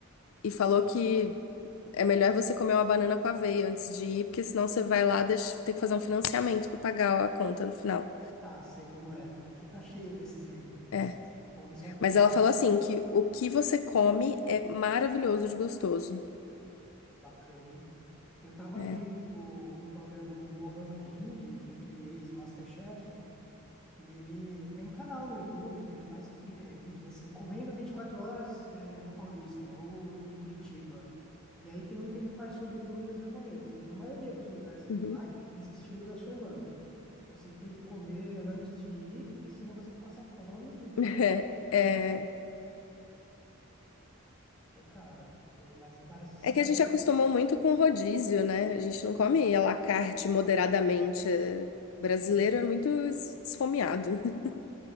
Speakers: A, on the left (about 70°); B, in the centre.
A: e falou que é melhor você comer uma banana com aveia antes de ir, porque senão você vai lá deixa, ter que fazer um financiamento para pagar a conta no final.
B: Ah, sei como é. Aqui tá cheio desses aí.
A: É.
B: Come só um pouquinho.
A: Mas ela falou assim que o que você come é maravilhoso de gostoso.
B: Bacana, hein? Eu tava
A: É.
B: vendo o- um programa do Mohamed Hindi, que é aquele ex-MasterChef, e ele tem um canal no YouTube que ele faz fi- eh, vídeos assim, comendo 24 horas eh, na Paulista ou em Curitiba. E aí tem um que ele faz sobre comidas japonesas. E a maioria dos lugares que
A: Uhum.
B: ele vai é nesse estilo da sua irmã. Você tem que comer antes de ir, porque senão você passa fome e deixa
A: <laughs>
B: a cadeia
A: É,
B: lá
A: é.
B: É caro, e- mas parece sempre
A: É que a gente
B: muito.
A: acostumou muito com rodízio, né? A gente não come
B: É,
A: à la carte moderadamente. É, Brasileiro
B: é,
A: é muito es- esfomeado. <laughs>